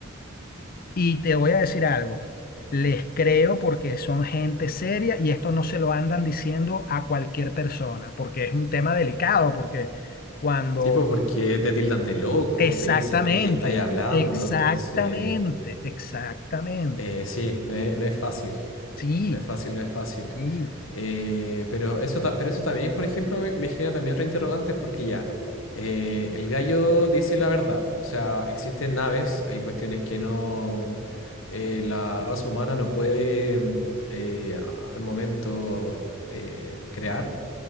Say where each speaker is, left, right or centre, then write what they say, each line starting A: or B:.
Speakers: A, on the left (about 45°); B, on the left (about 75°).
A: Y te voy a decir algo, les creo porque son gente seria y esto no se lo andan diciendo a cualquier persona, porque es un tema delicado, porque cuando...
B: Sí, pues porque te tildan de loco,
A: Exactamente,
B: te dicen, pero ¿qué estáis hablando?
A: exactamente,
B: Entonces,
A: exactamente.
B: eh, sí, no es, no es fácil,
A: Sí,
B: no es fácil, no es fácil.
A: sí.
B: Eh, pero eso, ta- pero eso también, por ejemplo, me, me genera también otro interrogante, porque ya, eh, el gallo dice la verdad, o sea, existen naves, hay cuestiones que no, eh, la raza humana no puede mm, eh, a- al momento eh, crear.